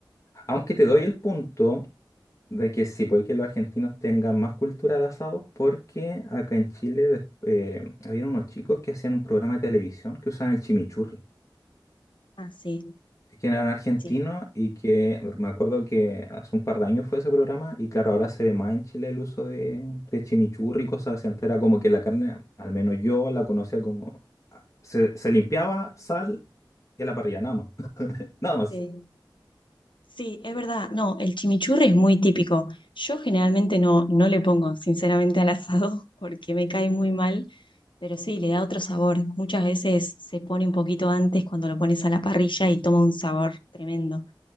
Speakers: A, on the left; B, on the left.
A: Aunque te doy el punto de que sí, puede que los argentinos tengan más cultura de asados, porque acá en Chile des- eh, había unos chicos que hacían un programa de televisión que usaban el chimichurri.
B: Ah, sí,
A: que eran argentinos
B: sí,
A: y que me acuerdo que hace un par de años fue ese programa y claro, ahora se ve más en Chile el uso de, de chimichurri y cosas así. Antes era como que la carne, al menos yo la conocía como... ah, Se, se limpiaba sal y a la parrilla, nada más. <laughs> Nada más.
B: sí. Sí, es verdad. No, el chimichurri es muy típico. Yo generalmente no, no le pongo, sinceramente, al asado <laughs> porque me cae muy mal, pero sí, le da otro sabor. Muchas veces se pone un poquito antes cuando lo pones a la parrilla y toma un sabor tremendo,